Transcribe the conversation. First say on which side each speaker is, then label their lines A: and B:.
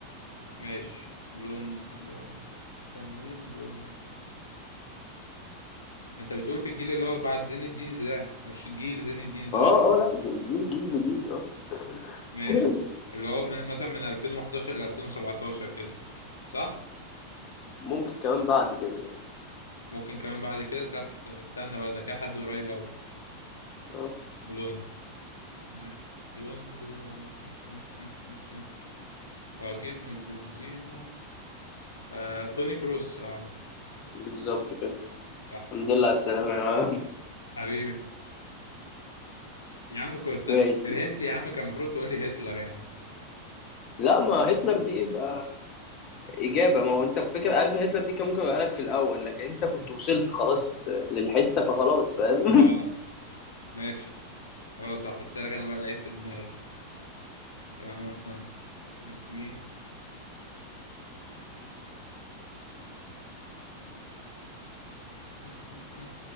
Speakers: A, on the left (about 75°); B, on the left (about 35°).
A: ماشي بلوند بلوند كان مين بلوند انت بتقول في الجيل اللي هو بعد زين الدين زيدان مش جيل زين الدين زيدان
B: اه اه لا ج- جيل جيل جديد اه
A: ماشي
B: <laughs>
A: اللي هو من مثلا من 2011 ل 2017 كده صح
B: ممكن كمان بعد كده يعني
A: ممكن كمان بعد كده لا ت- استنى بقى ده كده حد قريب أوي
B: اه
A: بلوند يعني بلوند آه، م- م- م- م- هو أكيد مش بنزيما آه... توني كروس اه
B: بالظبط كده
A: صح
B: الحمد لله على السلامة يا عم
A: حبيبي يا عم كنت
B: <laughs> ماشي
A: الهنت يا عم كان المفروض تقول لي هتلر يعني
B: لا ما هتلر دي يبقى إجابة ما هو أنت الفكرة عارف هتلر دي كان ممكن يبقى لك في الأول لكن أنت كنت وصلت خلاص للحتة فخلاص فاهم
A: اه ماشي خلاص هحط لك انا بقى لعيب في دماغي آه... آه. لك مين م- م- م.